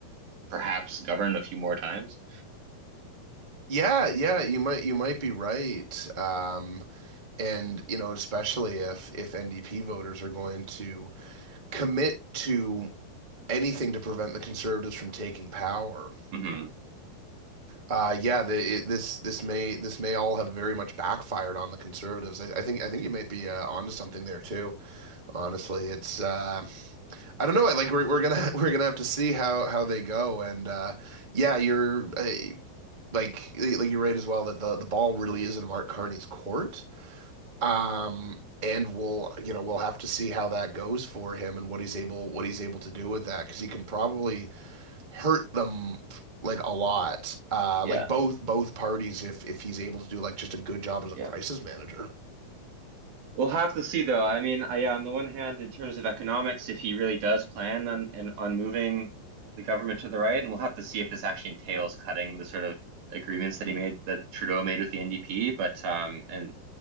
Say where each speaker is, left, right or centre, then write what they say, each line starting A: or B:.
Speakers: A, on the right; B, on the right.
A: perhaps govern a few more times
B: Yeah, yeah, you might you might be right. Um, and you know, especially if if NDP voters are going to commit to anything to prevent the conservatives from taking power.
A: hmm
B: Uh, yeah, the, it, this this may this may all have very much backfired on the conservatives. I, I think I think you might be uh, onto something there too. Honestly, it's uh, I don't know. I Like we're we're gonna <laughs> we're gonna have to see how how they go. And uh, yeah, you're. uh, Like, like you're right as well that the the ball really is in Mark Carney's court. Um, and we'll, you know, we'll have to see how that goes for him and what he's able what he's able to do with that because he can probably hurt them like a lot. Uh,
A: Yeah,
B: like both both parties if if he's able to do like just a good job as
A: yeah.
B: a crisis manager.
A: We'll have to see though. I mean, I, yeah, on the one hand, in terms of economics, if he really does plan on and on moving the government to the right, and we'll have to see if this actually entails cutting the sort of agreements that he made that Trudeau made with the NDP. But um, and